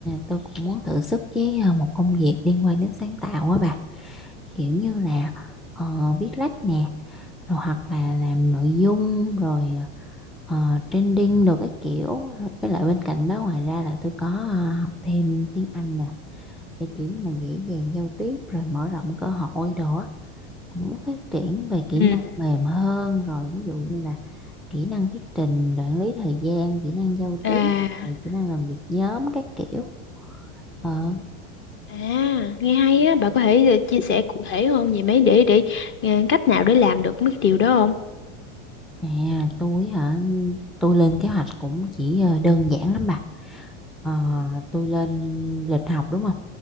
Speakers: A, in the centre; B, on the left (about 30°).
A: tôi cũng muốn thử sức với ờ, một công việc liên quan đến sáng tạo á bà. Kiểu như là ờ, viết lách nè, rồi hoặc là làm nội dung, rồi ờ, trending, rồi các kiểu. Rồi Với lại bên cạnh đó ngoài ra là tôi có ờ, học thêm tiếng Anh nè. để kiểu như mà dễ dàng giao tiếp rồi mở rộng cơ hội đó cũng phát triển về kỹ
B: ừ
A: năng mềm hơn rồi ví dụ như là kỹ năng thuyết trình quản lý thời gian kỹ năng giao
B: à
A: tiếp rồi kỹ năng làm việc nhóm các kiểu ờ
B: à nghe hay á bà có thể ờ, chia sẻ cụ thể hơn về mấy để để ờ, cách nào để làm được mấy cái điều đó không
A: à tôi hả tôi lên kế hoạch cũng chỉ ờ, đơn giản lắm bà Ờ, tôi lên lịch học đúng không